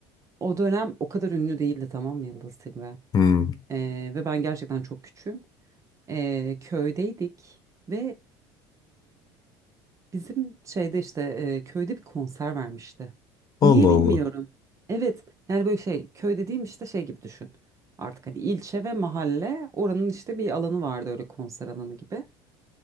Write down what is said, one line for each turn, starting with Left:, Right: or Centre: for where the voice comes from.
Right: O dönem o kadar ünlü değildi tamam mı Yıldız Tilbe?
Left: Hmm.
Right: Ee, ve ben gerçekten çok küçüğüm. Ee, köydeydik ve Bizim şeyde işte e, köyde bir konser vermişti.
Left: Allah
Right: Niye bilmiyorum.
Left: Allah.
Right: Evet yani böyle şey köy dediğim işte şey gibi düşün. Artık hani ilçe ve mahalle oranın işte bir alanı vardı öyle konser alanı gibi.